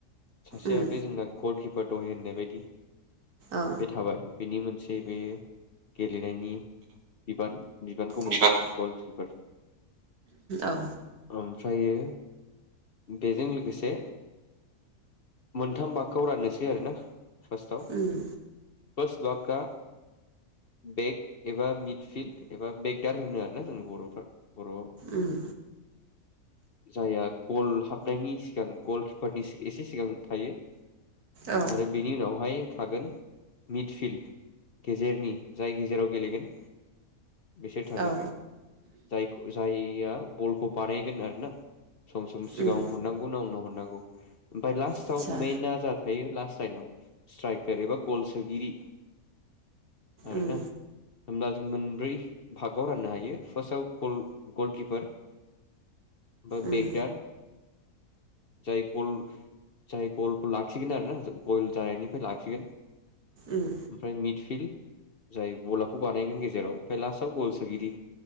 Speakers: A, on the left; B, on the right.
A: सासेआ
B: उम
A: बे जोंना गल किप- फो द'हे होननाय बेदि
B: औ
A: बे थाबाय बिनि मोनसे बे गेलेनायनि बिबान बिबानखौ मोनगोन
B: बिबान
A: गलकिपार
B: औ
A: ओमफ्रायो बेजों लोगोसे मोनथाम बागखौ राननोसै आरोना फास्टआव
B: उम
A: फास्ट बाकआ बेक एबा मिड फिल्ड एबा बेकदार होनो आरोना जोंनि बर'फ्रा बर'आव
B: उम
A: जायहा गल हाबनायनि सिगां गलकिपारनि सि एसे सिगां थायो
B: औ
A: आरो बेनि उनावहाय थागोन मिडफिल्ड गेजेरनि जाय गेजेराव गेलेगोन बिसोर थागोन
B: औ
A: जाय जाय या बलखौ बानाय गोन आरो ना सम सम सिगां
B: उम
A: हरनांगौ ना उनाव नांगौ ओमफफ्राय लास्टाव
B: आदसा
A: मेना जादों थायो लास्ट लाइनाव स्ट्राइकार एबा गल सोगिरि आरोैना
B: उम
A: होमब्ला जों मोनब्रै भागाव राननो हायो फार्स्टआव ग गलकिपार बा
B: उम
A: बेकदार जाय गल जाय गलखौ लाखिगोन आरोना गल जानायनिफ्राय लाखिगोन
B: उम
A: ओमफ्राय मिडफिल्ड जाय बलाखौ बानायगोन गेजेराव ओमफ्राय लास्टाव गल सोगिरि